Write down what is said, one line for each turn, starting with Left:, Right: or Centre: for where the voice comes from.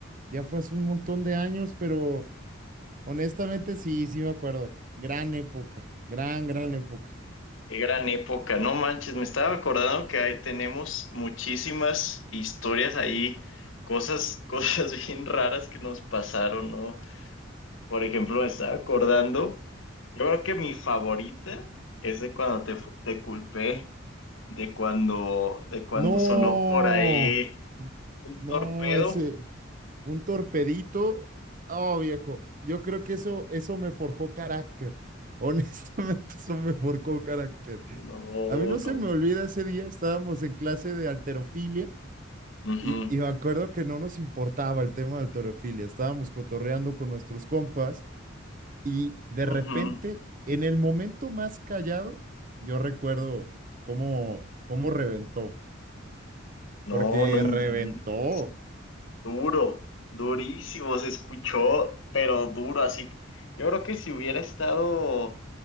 Right: Ya fue hace un montón de años, pero honestamente sí, sí me acuerdo. Gran época, gran, gran época.
Left: Qué gran época, no manches, me estaba acordando que ahí tenemos muchísimas historias ahí, cosas, cosas <laughs> bien raras que nos pasaron, ¿no? Por ejemplo, me estaba acordando, yo creo que mi favorita es de cuando te, fu- te culpé, de cuando, de cuando
Right: No,
Left: sonó por ahí un
Right: no,
Left: torpedo.
Right: ese, un torpedito. Oh, viejo, yo creo que eso, eso me forjó carácter. Honestamente, <laughs> eso me forjó carácter.
Left: No,
Right: A mí no se
Left: no.
Right: me olvida ese día, estábamos en clase de alterofilia
Left: Ujú,
Right: Y, y me acuerdo que no nos importaba el tema del torofilia, estábamos cotorreando con nuestros compas y de repente,
Left: ujú.
Right: en el momento más callado, yo recuerdo cómo, cómo reventó,
Left: No,
Right: porque
Left: no inventes.
Right: reventó.
Left: Duro, durísimo, se escuchó, pero duro, así. Yo creo que si hubiera estado,